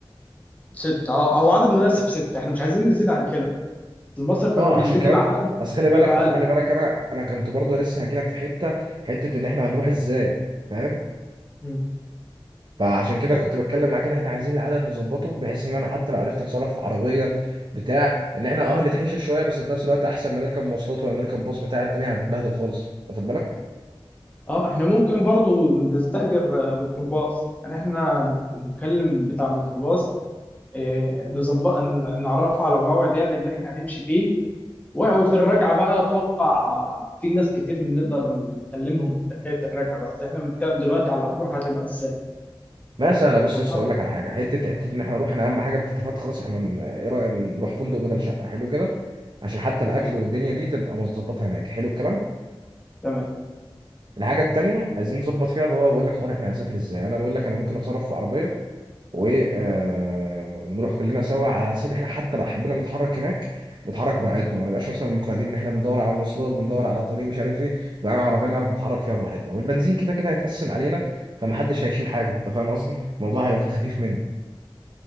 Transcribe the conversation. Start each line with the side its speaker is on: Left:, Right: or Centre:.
Left: ستة اه هو عدد مناسب ستة احنا مش عايزين نزيد عن كده المصرف
Right: اه
Left: لما بيزيد
Right: عشان كمان
Left: العدد
Right: اصل خلي بالك
Left: بيبقى
Right: اصل
Left: قلق
Right: خلي بالك انا انا كنت برضو لسه هجيلك في حته حته ان احنا هنروح ازاي فاهم
Left: مم.
Right: فعشان كده
Left: حتة
Right: كنت بتكلم معاك ان احنا عايزين العدد نظبطه بحيث ان انا حتى لو عرفت اتصرف في عربيه بتاع ان احنا اه هنتحشر شويه بس في نفس الوقت احسن ما نركب مواصلات ولا نركب باص بتاع الدنيا هتبهدل خالص واخد بالك؟
Left: اه احنا ممكن برضو نستأجر آه، ميكروباص يعني احنا نك- نكلم بتاع ميكروباص آه، نظبط ن- نعرفه على الموعد يعني اللي احنا هنمشي فيه وفي الرجعة بقى أتوقع في ناس كتير نقدر نكلمهم في حكاية الرجعة بس إحنا بنتكلم دلوقتي على الروح هتبقى إزاي؟
Right: ما سهله
Left: إحنا
Right: بص يا
Left: طبعا
Right: اسطى اقول لك على حاجه حته حته ان احنا نروح انا اهم حاجه انت اتفقت خلاص احنا ن- ايه رايك نروح فندق بدل شقه حلو كده عشان حتى الاكل
Left: أيوه
Right: والدنيا دي تبقى مظبطه هناك حلو الكلام
Left: تمام
Right: الحاجه التانيه عايزين نظبط فيها اللي هو بقول لك حوار احنا هنسافر ازاي انا بقول لك انا ممكن اتصرف في عربيه و آه، ونروح كلنا سوا على اساس ان احنا حتى لو حبينا نتحرك هناك نتحرك براحتنا ما نبقاش مثلا مقيدين ان احنا بندور على مواصلات بندور على طريق مش عارف ايه يبقى انا عربيه نعرف نتحرك فيها براحتنا والبنزين كده كده هيتقسم علينا فمحدش هيشيل حاجه انت فاهم قصدي الموضوع هيبقى في الخفيف منه